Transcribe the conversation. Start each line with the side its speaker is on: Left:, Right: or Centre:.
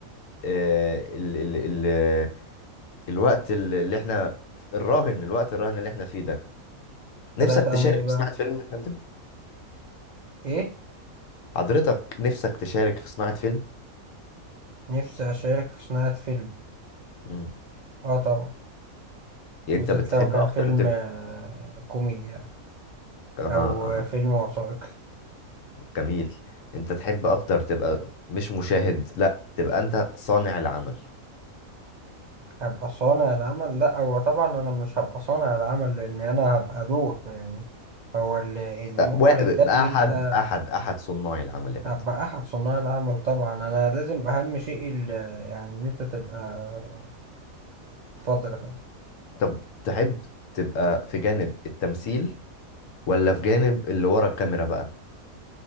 Left: آه، ال- ال- ال- الوقت اللي اللي احنا الراهن الوقت الراهن اللي احنا فيه ده نفسك
Right: بدات
Left: تشارك
Right: اعمل ايه
Left: في
Right: بقى
Left: صناعة فيلم يا فندم
Right: ايه
Left: حضرتك نفسك تشارك في صناعة فيلم
Right: نفسي اشارك في صناعه فيلم
Left: مم.
Right: اه طبعا
Left: يعني
Right: بالذات
Left: انت بتحب
Right: لو كان
Left: اكتر
Right: فيلم
Left: تبقى
Right: آه كوميدي يعني
Left: اها
Right: او
Left: اها
Right: آه، فيلم وثائقي
Left: جميل انت تحب اكتر تبقى مش مشاهد لا تبقى انت صانع العمل
Right: هبقى صانع العمل لا هو طبعا انا مش هبقى صانع العمل لان انا هبقى دور يعني هو اللي- المخرج
Left: أ- و-
Right: ده بيبقى
Left: احد احد احد صناع العمل يا فندم
Right: ابقى احد صناع العمل طبعا انا لازم اهم شيء ال- يعني ان انت تبقى اتفضل يا فندم
Left: طب تحب تبقى في جانب التمثيل ولا في جانب اللي ورا الكاميرا بقى